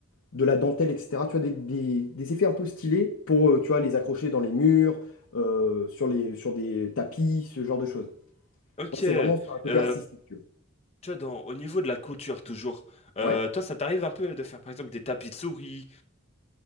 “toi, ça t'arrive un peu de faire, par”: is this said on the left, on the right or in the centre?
Left